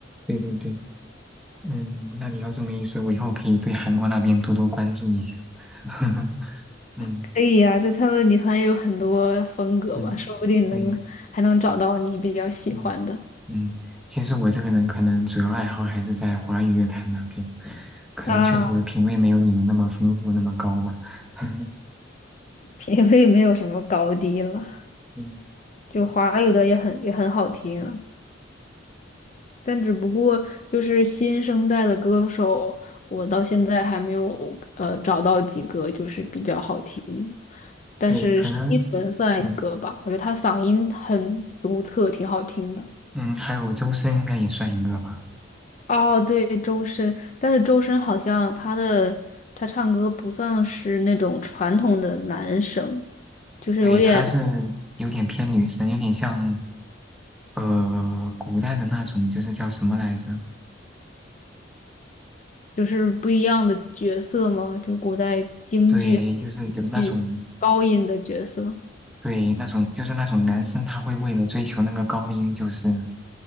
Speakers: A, in the centre; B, on the left.
A: 对对对，嗯，那你要这么一说，我以后可以对韩国那边多多关注一下。<laughs> 嗯
B: 可以呀、就他们女团也有很多风格嘛，
A: 嗯，
B: 说不定能还能找到你比较喜欢的。
A: 对，嗯嗯，其实我这个人可能主要爱好还是在华语乐坛那边，可能确实品味没有你们那么丰富，
B: 啊，
A: 那么高吧。<laughs>
B: 品味没有什么高低了，
A: 嗯
B: 就华语的也很也很好听啊，但只不过就是新生代的歌手，我到现在还没有呃找到几个就是比较好听的，但是单依纯算一个吧，
A: 对，可能，嗯
B: 我觉得她嗓音很独特，挺好听的。
A: 嗯，还有周深应该也算一个吧。
B: 哦，对，周深，但是周深好像他的他唱歌不算是那种传统的男生，就是有点
A: 对，他是有点偏女生，有点像呃古代的那种，就是叫什么来着？
B: 就是不一样的角色嘛，就是古代京剧
A: 对，就是有那种
B: 剧高音的角色。
A: 对那种就是那种男生他会为了追求那个高音，就是